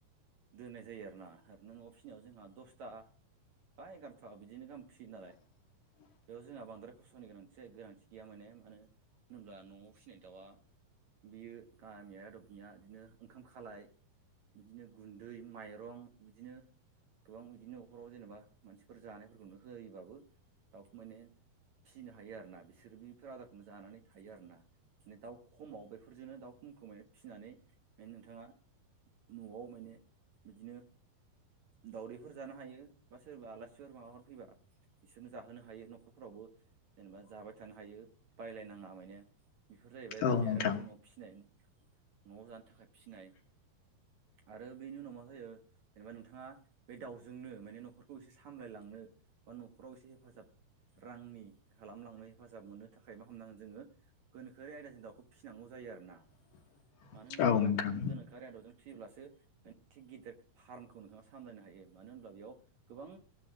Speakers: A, on the right (about 60°); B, on the left (about 65°).
A: दोननाय जायो आरोना ओरैनो न'आव फिसिनायाव जोंहा दसथा बा एगार'था बिदिनो गाहाम फिसियो नालाय।
B: <inaudible>
A: बेयाव जोंहा बांद्राय खसथ'नि गोनांथि जाया गोनांथि गैया माने मानो होनोब्ला नआव फिसिनाय दाउआ बियो गामिया आदबनिया बिदिनो ओंखाम खालाय बिदिनो गुन्दै माइरं बिदिनो गोबां बिदिनो न'खराव जेनेबा मानसिफोर जानायफोरखौनो होयोबाबो दाउखौ माने फिसिनो हायो आरो ना बिसोरो बेफोर आदारखौनो जानानै थायो आरोना माने दाउ खमाव बेफोरजोंनो दाउ खमखौ माने फिसिनानै माने नोंथाङा न'आव माने बिदिनो दाउदैफोर जानो हायो बा सोरबा आलासिफोर माबाफोर फैबा बिसोरनो जाहोनो हायो न'खरफोरावबो जेनेबा जाबाय थानो हायो बायलायनाङा मायने बेफोर जाहैबाय
B: औ
A: गामियारि
B: नोंथां
A: आदबजों फिसिनाय न'आव जानो थाखाय फिसिनाय आरो बेनि उनाव मा जायो जेनेबा नोंथाङा बे दाउजोंनो माने न'खरखौ एसे सामलायलांनो बा न'खराव एसे हेफाजाब रांनि खालामलांनो हेफाजाब मोननो थाखाय मा खालामनांगोन जोङो गोनोखोयारि आयदाजों दाउखौ फिसिनांगौ जायो। आरो ना
B: <inaudible>
A: मानो होनोब्ला
B: नोंथां
A: नों गोनखोआरि आदबजों फि सियोब्लासो माने थिग गिदिर फार्मखौ नोंथाङा सामलायनो हायो मानो होनब्ला बेयाव गोबां